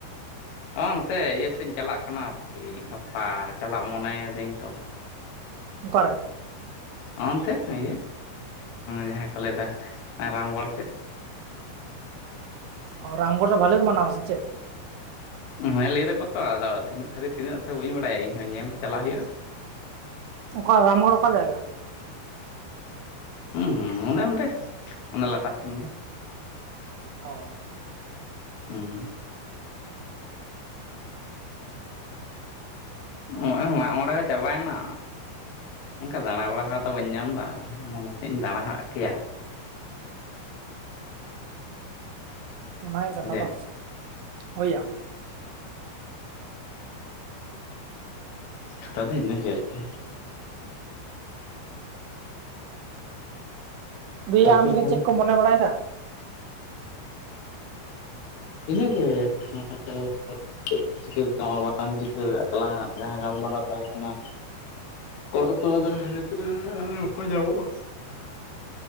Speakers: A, on the left; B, on the right.
A: ᱚ ᱚᱱᱛᱮ ᱤᱭᱟᱹ ᱥᱮᱫ ᱤᱧ ᱪᱟᱞᱟᱜ ᱠᱟᱱᱟ ᱟᱨ ᱠᱤ, ᱜᱟᱯᱟ ᱪᱟᱞᱟᱜ ᱢᱚᱱᱮᱭ ᱫᱟᱹᱧ ᱛᱚ᱾
B: ᱚᱠᱟ ᱨᱮ?
A: ᱚᱱᱛᱮ ᱤᱭᱟᱹ, ᱡᱟᱦᱟᱸ ᱠᱚ ᱞᱟᱹᱭ ᱫᱟ ᱨᱟᱢᱜᱚᱲ ᱥᱮᱫ᱾
B: ᱚ, ᱨᱟᱢᱜᱚᱲ ᱨᱮ ᱵᱷᱟᱞᱮ ᱠᱚ ᱢᱟᱱᱟᱣᱟ ᱥᱮ ᱪᱮᱫ?
A: ᱦᱮᱸ ᱞᱟᱹᱭ ᱫᱟᱠᱚ ᱛᱚ, ᱟᱫᱚ ᱛᱤᱱᱟᱹᱜ ᱥᱟᱨᱤ ᱛᱤᱱᱟᱹᱜ-ᱟ ᱥᱮ ᱵᱟᱹᱧ ᱵᱟᱲᱟᱭᱟ ᱤᱧ ᱦᱚᱸ, ᱧᱮᱞ ᱪᱟᱞᱟᱣ ᱦᱳᱭᱳᱜᱼᱟ᱾
B: ᱚᱠᱟ ᱨᱟᱢᱜᱚᱲ ᱠᱚ ᱚᱠᱟ ᱡᱟᱭᱜᱟ?
A: ᱦᱩᱸ ᱚᱱᱮ ᱚᱸᱰᱮ, ᱚᱱᱮ ᱞᱟᱛᱟᱨ ᱴᱷᱮᱱ ᱜᱮ᱾
B: ᱚ
A: ᱦᱩᱸ ᱱᱚᱜ ᱚᱭ ᱢᱟᱜ ᱢᱚᱬᱮ ᱦᱚᱸ ᱪᱟᱵᱟᱭᱮᱱᱟ᱾ ᱚᱱᱠᱟ ᱫᱟᱬᱟ ᱵᱟᱲᱟ ᱦᱚᱸ ᱫᱚ ᱵᱟᱹᱧ ᱧᱟᱢ ᱮᱫᱟ᱾ ᱱᱟᱥᱮ ᱤᱧ ᱫᱟᱬᱟ ᱟᱫ ᱠᱮᱭᱟ᱾
B: ᱵᱷᱟᱜᱮ ᱠᱟᱛᱷᱟ
A: ᱡᱮ
B: ᱫᱚ, ᱦᱳᱭᱭᱟ᱾
A: ᱠᱟᱛᱷᱟ ᱫᱚ ᱤᱱᱟᱹ ᱜᱮ ᱟᱨ ᱠᱤ᱾
B: ᱫᱤᱭᱮ
A: ᱛᱟᱨᱯᱚᱨᱮ
B: ᱟᱢᱜᱮ
A: ᱛᱟᱦᱚᱞᱮ
B: ᱪᱮᱠ ᱠᱚ ᱢᱚᱱᱮ ᱵᱟᱲᱟᱭ ᱮᱫᱟ᱾
A: ᱤᱱᱟᱹ ᱜᱮ ᱟᱫᱚ ᱪᱮᱫ ᱪᱤᱠᱟᱹᱟᱢ ᱵᱟᱝ ᱪᱤᱠᱟᱹ ᱟᱞᱟᱝᱟᱜ, <inaudible> ᱡᱟᱦᱟᱸ ᱜᱟᱞᱢᱟᱨᱟᱣ ᱛᱟᱦᱮᱸ ᱠᱟᱱᱟ᱾ <unintelligible> ᱠᱚ ᱧᱟᱢᱚᱜᱼᱟ᱾